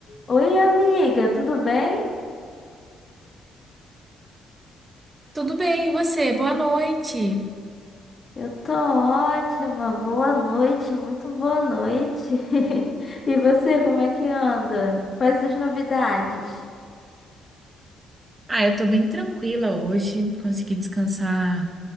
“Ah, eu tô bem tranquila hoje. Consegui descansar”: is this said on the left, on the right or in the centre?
Right